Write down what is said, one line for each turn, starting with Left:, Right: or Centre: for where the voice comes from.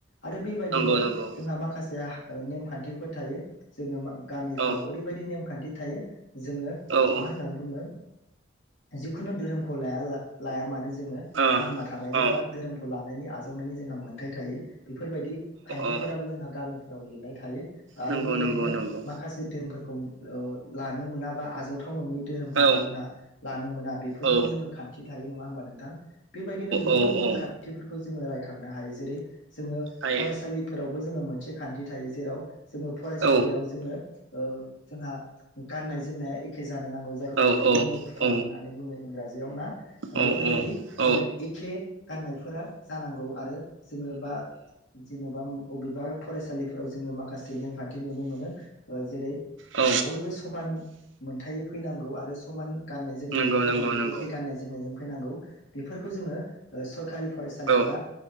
Left: आरो बेबायदिनो
Right: नंगौ नंगौ
Left: जोंहा माखासे नेमखान्थिफोर थायो जोङो गामिफोराव
Right: औ
Left: ओरैबायदि नेमखान्थि थायो। जोङो
Right: औ ओ
Left: मा होननानै बुङो जिखुनु धोरोमखौ लाया लायामानो जोङो
Right: औ
Left: थांना थानायनि
Right: औ
Left: बा धोरोमखौ लानानै नायनि आजावनायनि जोंहा मोन्थाय थायो। बेफोरबायदि खान्थिफोराबो
Right: औ
Left: जोंहा गामि फोराव लिरनाय थायो। आरो
Right: नंगौ
Left: बेबायदिनो
Right: नंगौ नंगौ
Left: माखासे धोरोमफोरखौ लानो मोनाबा आजावथाव नङै दो। जोंहा
Right: औ
Left: लानो मोना बेफोरनिबो
Right: औ
Left: जोङो खान्थि। थायो नङा होनबा नोंथां? बेबायदिनो गुबुन
Right: औ
Left: गुबुन
Right: औ
Left: खाथिफोरखौ जोङो रायखांनो हायो जेरै जोङो
Right: हायो
Left: फरायसालिफोराव जोङो मोनसे खान्थि थायो जेराव जोङो फरायसालियाव
Right: औ
Left: जोङो ओ जोंहा गाननाय जोमनाया एखे जानो नांगौ जाय जोङो
Right: औ
Left: इउनिफर्म
Right: औ
Left: होननानै बुङो इंराजियाव ना
Right: औ
Left: बेफोरबायदि
Right: औ
Left: जोङो एखे गाननायफोरा जानांगौ आरो जोङो बा जेनबा बबेबा फरायसालिफोर फोराव जोङो माखासे नेमखान्थि नुनो मोनो जेरै
Right: औ
Left: बयबो समान मोनथायै फैनांगौ आरो समानै गाननाय जोमनायजों
Right: नंगौ
Left: फैनांगौ
Right: नंगौ नंगौ
Left: एखे गाननाय जोमनायजों फैनांगौ बेफोरखौ जोङो फरायसालि
Right: औ
Left: बा